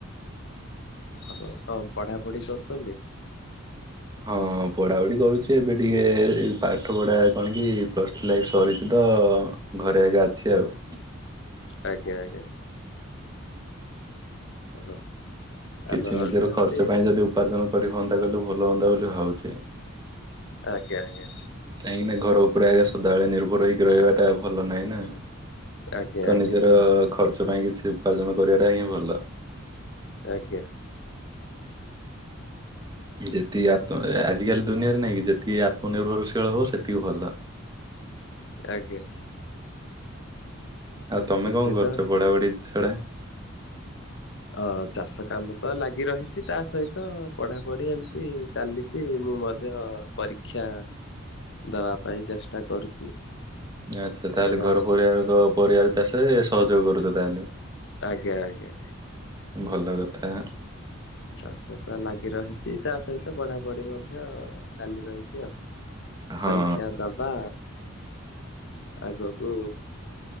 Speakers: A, on the left; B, on the right.
A: ଆପଣ କଣ ପଢାପଢି କରୁଛନ୍ତି?
B: ହଁ ପଢାପଢି କରୁଛି ଏବେ ଟିକେ ପାଠ ପଢା କଣ କି ପ୍ଲସ ଥ୍ରୀ ସରିଛି ତ। ତ ଘରେ ଆଜ୍ଞା ଅଛି ଆଉ।
A: ଆଜ୍ଞା ଆଜ୍ଞା। <unintelligible>
B: କିଛି
A: ଆମର
B: ନିଜର
A: ବୋଧେ ଏମିତି
B: ଖର୍ଚ୍ଚ ପାଇଁ ଯଦି ଉପାର୍ଜନ କରି ହୁଅନ୍ତା କହିଲେ ଭଲ ହୁଆନ୍ତା ବୋଲି ଭାବୁଛି।
A: ଆଜ୍ଞା ଆଜ୍ଞା।
B: କାହିଁକି ନା ଘର ଉପରେ ଆଗେ ସଦାବେଳେ ନିର୍ଭର ହେଇକି ରହିବାଟା ଭଲ ନାହିଁ ନା।
A: ଆଜ୍ଞା
B: ତ
A: ଆଜ୍ଞା
B: ନିଜର ଖର୍ଚ୍ଚ ପାଇଁ କିଛି ଉପାର୍ଜନ କରିବାଟା ହିଁ ଭଲ।
A: ଆଜ୍ଞା।
B: ଯେତିକି ଆତ ଆଜିକାଲି ଦୁନିଆରେ ନାଇଁ କି ଯେତିକି ଆତ୍ମନିର୍ଭରଶୀଳ ହବ ସେତିକି ଭଲ। <inaudible>
A: ଆଜ୍ଞା।
B: ଆଉ ତମେ
A: ଏମିତି
B: କଣ କରୁଛ
A: ତ
B: ପଢାପଢି ଛଡ଼ା?
A: ଅଁ ଚାଷ କାମ ତ ଲାଗି ରହିଛି ତା ସହିତ ପଢାପଢି ଏମିତି ଚାଲିଛି ମୁଁ ମଧ୍ୟ ପରୀକ୍ଷା ଦବା ପାଇଁ ଚେଷ୍ଟା କରୁଛି।
B: ଆଚ୍ଛା ତାହେଲେ
A: ଆଜ୍ଞା
B: ଘର ପରିବାର ପରିବାର ଚାଷ ସହଯୋଗ କରୁଛ ତାହେଲେ।
A: ଆଜ୍ଞା ଆଜ୍ଞା।
B: ଭଲ କଥା।
A: ଚାଷ ତ ଲାଗି ରହିଛି ତା ସହିତ ପଢାପଢି ମଧ୍ୟ ଚାଲି ରହିଛି ଆଉ।
B: ହଁ
A: ପରୀକ୍ଷା ଦବା ଆଗକୁ